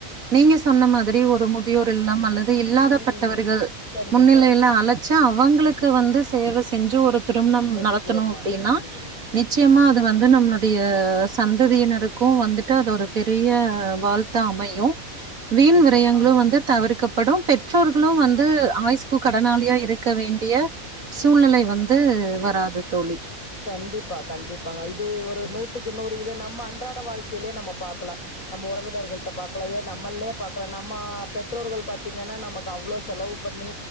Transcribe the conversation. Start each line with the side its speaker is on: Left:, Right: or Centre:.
Right: நீங்க சொன்ன மாரி ஒரு முதியோர் இல்ல அல்ல த இல்லாதப்பட்டவர்கள்
Left: ம் கண்டிப்பா
Right: முன்னிலையில அழைச்ச அவுங்களுக் க்கு வந்து சேவ செஞ்சு ஒருக் திருமண
Left: நிச்சயமா
Right: நடத்தணு அப்டின்னா
Left: ம்
Right: நிச்சயமா
Left: ம்
Right: அது வ அது வந்து நம்மளுடைய சந்ததியினருக்கு வந்துட்டு அது ஒரு பெரிய வாழ்த்தா அமையு வீண்
Left: நிச்சயமாங்க
Right: விரயங்களு வந்து தவிர்க்கப் படும் பெற்றோர்களு வந்து ஆயுஸ்கு கடனாளியா இருக்க வேண்டிய சூழ்நிலை வந்து வராது தோழி
Left: கண்டிப்பா கண்டிப்பாங்க இது ஒரு நூத் இது நூத்துக்கு நூறு இத நம்ம அன்றாட வாழ்க்கையிலே நம்ம பாக்கலா நம்ம உறவினர்கள பாக்கலா ஏன் நம்மல்லே நம்ம பெற்றோர்கள் பாத்தீங்கன்னா நமக்கு அவ்ளோ செலவு பண்ணி